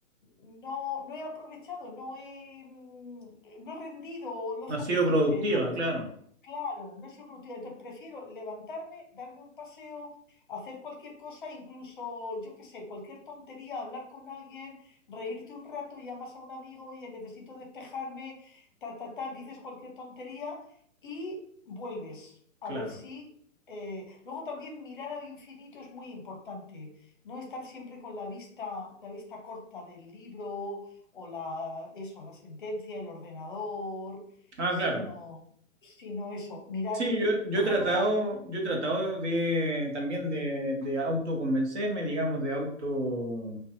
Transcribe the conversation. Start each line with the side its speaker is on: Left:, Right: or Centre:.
Left: no, no he aprovechado, no he, mm, no he rendido lo
Right: No
Left: suficiente.
Right: ha sido productiva,
Left: Entonces,
Right: claro,
Left: Claro, no soy productiva. Entonces prefiero levantarme, darme un paseo, hacer cualquier cosa, incluso, yo qué sé, cualquier tontería, hablar con alguien, reírte un rato, llamas a un amigo, oye, necesito despejarme, ta, ta, tal, dices cualquier tontería y vuelves a
Right: claro.
Left: ver si... eh, Luego también mirar al infinito es muy importante, no estar siempre con la vista, la vista corta del libro o la, eso, la sentencia, el ordenador
Right: Ah,
Left: sino
Right: claro.
Left: sino eso, mirar,
Right: Sí, yo, yo
Left: por
Right: he tratado,
Left: ejemplo, una,
Right: yo he tratado de también de, de autoconvencerme, digamos, de auto,